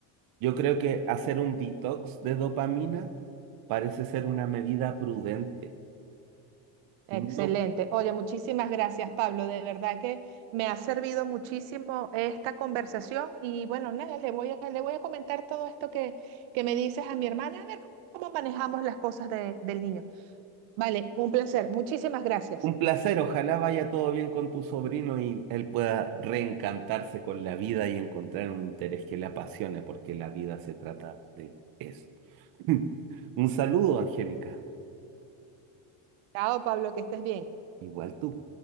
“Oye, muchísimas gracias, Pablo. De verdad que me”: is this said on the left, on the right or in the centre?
Right